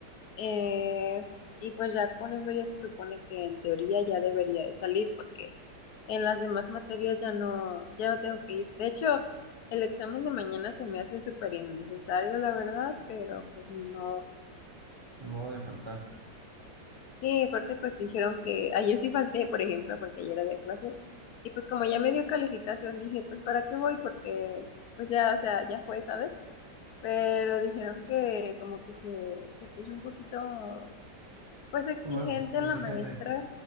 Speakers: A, on the left (about 65°); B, on the right (about 35°).
A: eh, y pues ya con eso ya se supone que en teoría ya debería de salir porque en las demás materias ya no, ya no tengo que ir. De hecho, el examen de mañana se me hace súper innecesario, la verdad, pero pues ni modo.
B: Ni modo de faltar.
A: Sí, aparte pues dijeron que ayer sí falté, por ejemplo, porque ayer había clase. Y pues como ya me dio calificación, dije, pues ¿para qué voy? Porque pues ya, o sea, ya fue, ¿sabes? Pero dijeron que como que se, se puso un poquito, pues exigente
B: ¿Cómo? Exigente.
A: la maestra.